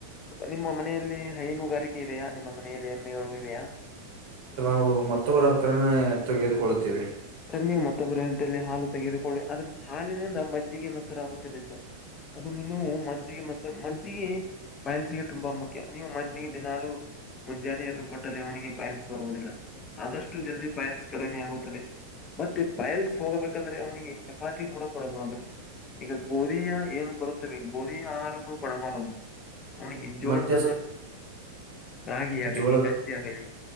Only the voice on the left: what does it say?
ನಿಮ್ಮ ಮನೆಯಲ್ಲಿ ಹೈನುಗಾರಿಕೆ ಇದೆಯಾ ನಿಮ್ಮ ಮನೆಯಲ್ಲಿ ಎಮ್ಮೆಗಳು ಇದೆಯಾ
ಸರಿ ನೀವು ಮತ್ತೊಬ್ಬ ಅಂತಲ್ಲಿ ಹಾಲು ತೆಗೆದುಕೊಳ್ಳಿ ಅದ್ರ ಹಾಲಿನಿಂದ ಮಜ್ಜಿಗೆ ಮಸರಾಗುತ್ತೆ ಅದು ಮ ಜ್ಜಿಗೆ ಮಸ ಮಜ್ಜಿಗೆ ಬಯಲ್ಸಿಗೆ ತುಂಬಾ ಮುಖ್ಯ ನೀವು ಮಜ್ಜಿಗೆ ದಿನಾಲುು ಮುಂಜಾನೆದುರು ಕೊಟ್ಟರೆ ಅವಿಗೆ ಪಲ್ಸ್ ಬರುವುದಿಲ್ಲ ಆದಷ್ಟು ಜಲ್ಫೈಲ್ಸ್ ಕಡಿಮೆ ಆಗುತ್ತದೆ ಮತ್ತೆ ಬಯಲ್ಸ್ ಹೋಗಬೇಕಂದ್ರೆ ಅವ್ನಿಗೆ ಚಪಾತಿ ಕೂಡ ಕೊಡಬ ಅರು ಈಗ ಗೋಧಿಯ ಏನು ಬರುತ್ತವೆ ಗೋಧಿಯ ಆರಂಭ ಕೊಡಬಾರದು ನ ಜೋಳದ
ರಾಗಿ ಆಗಲಿ
ಗಂಜಿ ಆಗಲಿ